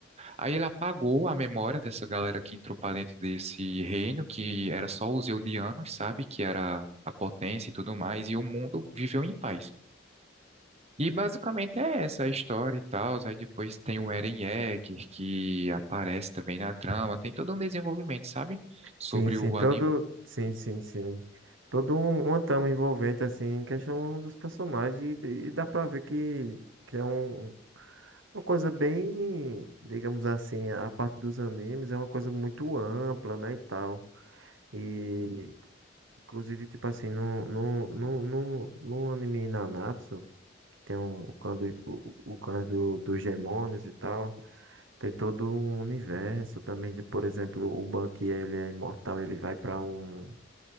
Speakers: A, on the right; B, on the right.
A: Aí ele apagou a memória dessa galera que entrou para dentro desse reino, que era só os Eldianos, sabe? Que era a potência e tudo mais, e o mundo viveu em paz. E basicamente é essa a história e tal. Aí depois tem o Eren Yeager que aparece também na trama. Tem todo um desenvolvimento, sabe? Sobre
B: Sim, sim,
A: o
B: todo.
A: anime.
B: Sim, sim, sim. Todo um, uma trama envolvente, assim, em questão dos personagens, e, e dá pra ver que, que é um, uma coisa bem, digamos assim, a parte dos animes é uma coisa muito ampla, né, e tal. E, inclusive, tipo assim, no, no, no, no, no anime Nanatsu, que tem um, o clã, do, o, o o clã do, dos demônios e tal, tem todo um universo também, de, por exemplo, o Bank, ele é imortal, ele vai pra um